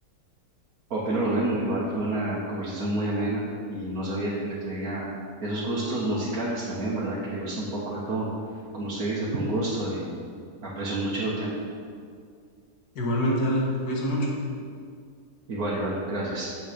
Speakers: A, on the right (about 60°); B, on the left (about 65°).
A: Opino lo mismo, igual fue una conversación muy amena y no sabía que le tenía esos gustos musicales también, ¿verdad? Que le gusta un poco de todo. Como usted dice, fue un gusto y aprecio mucho su tiempo.
B: Igualmente, Ale, cuídese mucho.
A: Igual, igual, gracias.